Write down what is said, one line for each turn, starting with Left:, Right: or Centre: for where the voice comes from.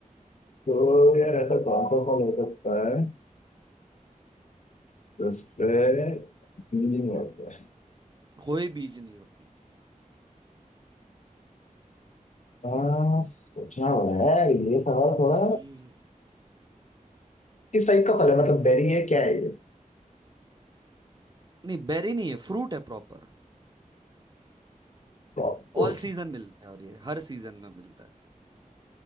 Left: तो यार ऐसा कौन सा फल हो सकता है जिसपे बीज नहीं होते
Right: कोई बीज नहीं होती
Left: हाँ सोचना पड़ा है ये सवाल थोड़ा
Right: हम्म।
Left: किस टाइप का फल है मतलब बेरी है क्या है ये
Right: नहीं बेरी नहीं है फ्रूट है प्रॉपर
Left: Well, तो
Right: ऑल सीजन मिलता है और ये हर सीजन में मिलता है